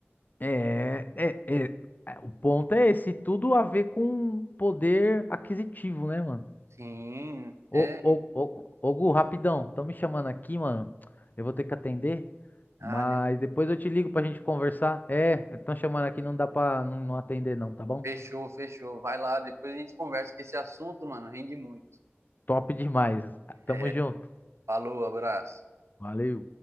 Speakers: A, on the left (about 40°); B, on the right (about 80°).
A: É, é, é, é, o ponto é esse, tudo a ver com poder aquisitivo, né, mano?
B: Sim,
A: Ô,
B: é
A: ô, ô, ô, Gu, rapidão, estão me chamando aqui, mano. Eu vou ter que atender, mas
B: a
A: depois eu te ligo pra gente conversar. É, estão chamando aqui, não dá pra não, não atender não, tá bom?
B: Fechou, fechou. Vai lá, depois a gente conversa, que esse assunto, mano, rende muito.
A: Top demais. Tamo
B: É,
A: junto.
B: falou, abraço.
A: Valeu.